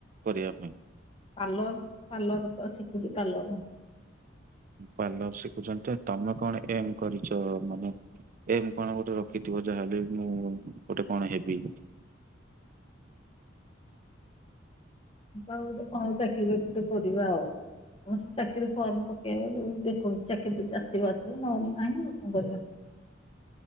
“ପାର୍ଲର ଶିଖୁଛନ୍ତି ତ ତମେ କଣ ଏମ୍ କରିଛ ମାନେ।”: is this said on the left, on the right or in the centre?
Right